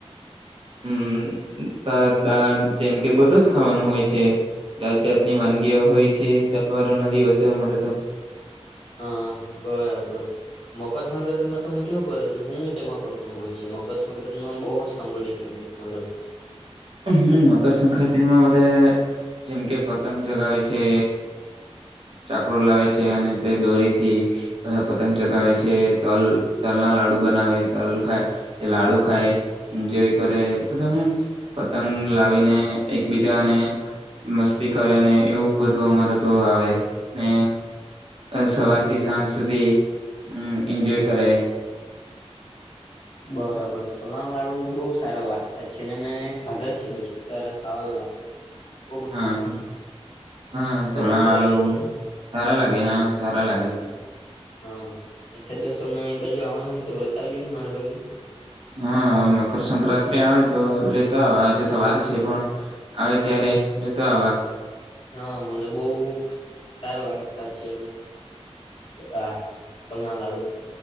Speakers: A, on the right; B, on the left.
A: હમત દાળ જેમ કે બધું જ ખાવાનું હોય છે જાત જાત ની વાનગીઓ હોય છે તહેવારો ના દિવસે અમારે તો
B: હા, બરાબર મકરસક્રાંતિમાં તમે કેવું કરે છે હું તેમાં કરવાનું હોય છે મકરસક્રાંતિમાં બહુ સાંભળ્યું છે મેં તમારમાં
A: હ મકરસક્રાંતિમાં બધા જેમ કે પતંગ ચગાવે છે ચાકરો લાવે છે અને તે દોરીથી બધા પતંગ ચગાવે છે તલ તલ ના લાડુ બનાવે તલ ખાય તે લાડુ ખાય એન્જોય કરે બધા હું પતંગ લાવીને એકબીજાને મસ્તી કરે ને એવું બધું અમારે તો આવે ને સવાર થી સાંજ સુધી એન્જોય કરે
B: બરાબર તોલાણ લાડુ બહુ સારા લાગતા છે ને મેં ખાધા છે, દોસ્તો તારે ખાવા બહુ મસ્ત
A: હા
B: લાગે
A: હા
B: છે
A: હા તરણાળું
B: બહુ મસ્ત લાગે છે ને
A: સારા લાગે હા સારા લાગે.
B: હા એ ખિવસમે બાજુ આવવાનો હોય તો લતા આવજો ને મારા ભાગી
A: હા, મકરસંક્રાંતિ આવે તો લેતો આ હજુ તો વાર છે પણ આવે ત્યારે લેતો આ
B: હા, મને બહ સારા લાગીતા છે આ તના લાડુ